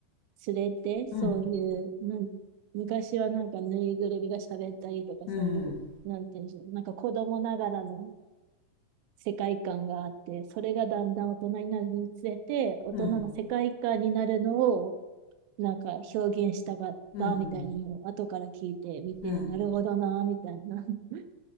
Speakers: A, on the right (about 90°); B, on the left (about 90°).
A: つれて、そういう、
B: うん、
A: なん昔はなんか、ぬいぐるみが喋ったりとか、
B: うん、
A: そういう、なんていうんでしょう、なんか子供ながらの世界観があって、それがだんだん大人になるにつれて、大人の世界観になるのを、
B: うん、
A: なんか表現したかったみたいなのを後から聞いてみて、
B: うん、うん。
A: なるほどな、みたいな。<laughs>